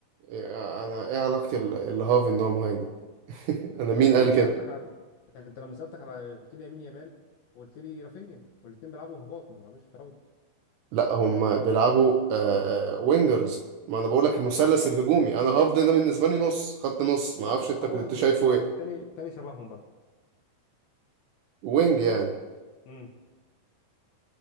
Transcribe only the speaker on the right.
آه، انا ايه علاقة ال- الهاف ان هو مهاجم <laughs> انا مين
قال
كده
لا هم بيلعبوا آه آه، وينجرز ما انا بقول لك المثلث الهجومي انا هاف ده ده بالنسبة لي نص خط نص
ما اعرفش
انت بت- شايفه
ايه
وينج يعني